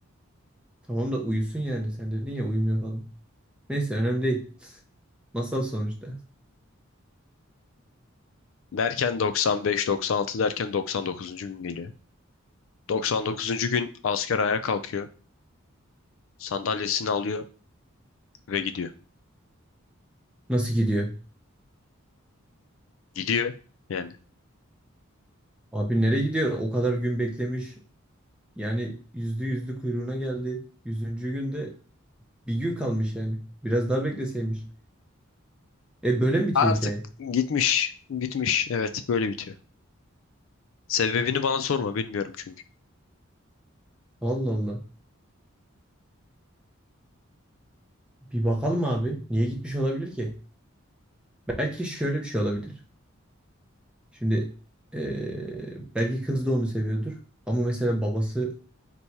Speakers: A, in the centre; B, on the left.
A: Tamam da uyusun yani. Sen dedin ya uyumuyor falan. Neyse önemli değil. Masal sonuçta.
B: Derken 95, 96 derken 99. gün geliyor. 99. gün asker ayağa kalkıyor. Sandalyesini alıyor ve gidiyor.
A: Nasıl gidiyor?
B: Gidiyor yani.
A: Abi nereye gidiyor? O kadar gün beklemiş. Yani yüzde yüzde kuyruğuna geldi. Yüzüncü günde bir gün kalmış yani. Biraz daha bekleseymiş. E böyle mi bitiyor
B: Artık
A: hikaye?
B: gitmiş, gitmiş. Evet böyle bitiyor. Sebebini bana sorma bilmiyorum çünkü.
A: Allah Allah. Bir bakalım abi. Niye gitmiş olabilir ki? Belki şöyle bir şey olabilir. Şimdi eee, belki kız da onu seviyordur. Ama mesela babası